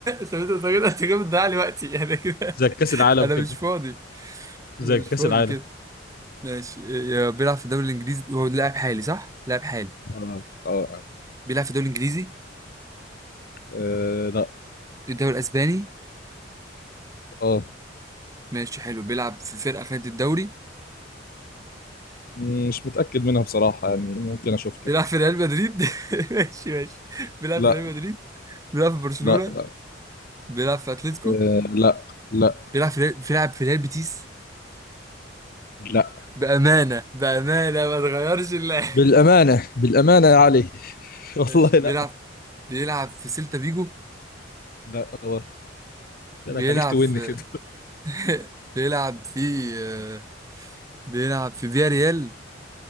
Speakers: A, on the right; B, on the left.
A: <laughs> طب انت كده انت كده بتضيع لي وقتي انا كده
B: زي كأس
A: <laughs>
B: العالم
A: انا
B: كده
A: مش فاضي
B: زي
A: انا مش
B: كأس
A: فاضي
B: العالم
A: كده ماشي يا بيلعب في الدوري الانجليزي هو لاعب حالي صح؟ لاعب حالي
B: اه اه آه.
A: بيلعب في الدوري الانجليزي
B: آه، لا
A: الدوري الاسباني
B: اه
A: ماشي حلو بيلعب في فرقة خدت الدوري
B: مم، مش متأكد منها بصراحة يعني ممكن أشوف
A: بيلعب
B: لك
A: في ريال مدريد <laughs> ماشي ماشي بيلعب
B: لا
A: في ريال مدريد بيلعب في برشلونة
B: لا لا
A: بيلعب في اتلتيكو
B: آه لا لا
A: بيلعب في ريال- بيلعب في ريال بيتيس
B: لا
A: بأمانة بأمانة ما تغيرش الله
B: بالأمانة بالأمانة يا علي <laughs>
A: <laughs>
B: والله
A: ماشي
B: لا
A: بيلعب بيلعب في سيلتا فيجو
B: لا برضه ده
A: بيلعب
B: انا خليك توين
A: في
B: كده
A: <laughs> بيلعب في آه، بيلعب في فيا ريال